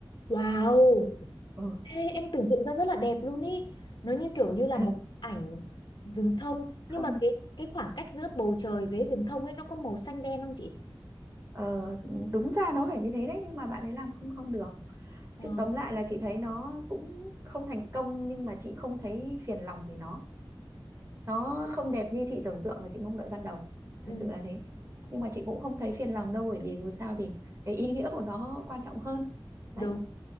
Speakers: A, on the left; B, on the right.
A: Wow.
B: ừ.
A: Ê, em tưởng tượng ra rất là đẹp luôn ý. Nó như kiểu như là
B: <laughs>
A: một bức ảnh rừng thông nhưng
B: không
A: mà cái cái khoảng cách giữa bầu trời với rừng thông ấy nó có màu xanh đen không chị?
B: ờ, đúng ra nó phải như thế đấy nhưng mà bạn ấy làm không không được
A: Ờ.
B: thế tóm lại là chị thấy nó cũng không thành công nhưng mà chị không thấy phiền lòng vì nó nó không đẹp như chị tưởng tượng và chị mong đợi ban đầu thật
A: ừ
B: sự là thế nhưng mà chị cũng không thấy phiền lòng đâu bởi vì dù sao thì cái ý nghĩa của nó quan trọng hơn
A: Đúng.
B: đấy